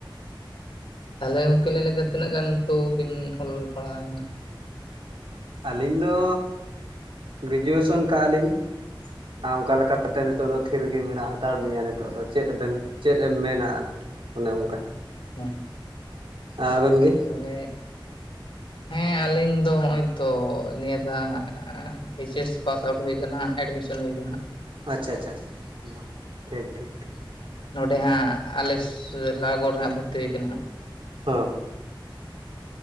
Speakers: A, on the left; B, on the right.
A: ᱛᱟᱦᱚᱞᱮ ᱜᱚᱝᱠᱮ ᱞᱤᱧ ᱞᱟᱹᱭ ᱞᱤᱫᱟ᱾ ᱛᱤᱱᱟᱹ ᱜᱟᱱ ᱛᱚ ᱵᱤᱱ ᱚᱞ ᱯᱟᱲᱦᱟᱣᱱᱟ?
B: ᱟᱹᱞᱤᱧ ᱫᱚ ᱜᱨᱮᱡᱩᱭᱮᱥᱚᱱ ᱠᱟᱜᱼᱟ᱾ ᱞᱤᱧ ᱟᱨ ᱚᱱᱠᱟ ᱞᱮᱠᱟ
A: ᱟᱠᱟᱱᱟ
B: ᱱᱤᱛᱚᱜ ᱫᱚ ᱫᱚᱷᱤᱨ ᱜᱮ ᱢᱮᱱᱟᱜ ᱦᱟᱛᱟᱲ ᱞᱤᱧᱟᱹ ᱱᱤᱛᱚᱜ ᱫᱚ᱾ ᱪᱮᱫ ᱵᱮᱱ ᱪᱮᱫ ᱮᱢ ᱢᱮᱱᱟ ᱾ᱟᱨ ᱚᱱᱮ ᱚᱱᱠᱟ᱾
A: ᱦᱮᱸ᱾
B: ᱟᱵᱮᱱ ᱜᱮ?
A: ᱛᱟᱦᱚᱞᱮ ᱦᱮᱸ ᱟᱹᱞᱤᱧ ᱫᱚ ᱦᱚᱜᱼᱚᱭ ᱛᱚ᱾ ᱱᱤᱭᱟᱹ ᱫᱟᱜ᱾ ᱮᱭᱤᱪ ᱮᱥ ᱯᱟᱥ ᱟᱣᱩᱴ ᱦᱩᱭ ᱟᱠᱟᱱᱟ᱾ ᱮᱰᱢᱤᱥᱚᱱ ᱦᱩᱭ ᱟᱠᱟᱱᱟ᱾
B: ᱟᱪᱪᱷᱟ - ᱟᱪᱪᱷᱟ ᱟᱪᱪᱟ ᱢᱟ ᱴᱷᱤᱠ ᱴᱷᱤᱠ, ᱴᱷᱤᱠ᱾
A: ᱱᱚᱰᱮ ᱦᱟᱸᱜ ᱟᱞᱮ ᱞᱟᱜᱚᱲ ᱨᱮ ᱦᱟᱸᱜ ᱵᱷᱚᱨᱛᱤᱠᱟᱱᱟ ᱦᱩᱭᱟᱠᱟᱱᱟ ᱦᱟᱸᱜ᱾
B: ᱦᱚᱸ᱾